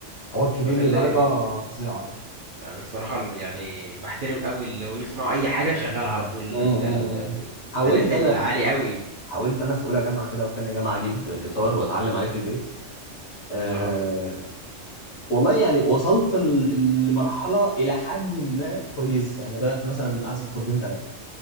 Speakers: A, on the left (about 60°); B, on the right (about 50°).
A: حوار كبير
B: الناس
A: لدرجه
B: اللي
A: فظيعه يعني
B: يعني الصراحه يعني بحترم قوي اللي هو بيسمعوا اي حاجه شغالها على طول
A: امم
B: البتاع
A: أمم.
B: ده
A: حاولت
B: ده ليفل
A: انا
B: عالي قوي
A: حاولت انا في اولى جامعه كده وفي تانية جامعه اجيب جيتار واتعلم عليه في البيت أه
B: اللي حصل
A: والله يعني وصلت ل- لمرحله الى حد ما كويس يعني بدات مثلا اعزف كوردين ثلاثه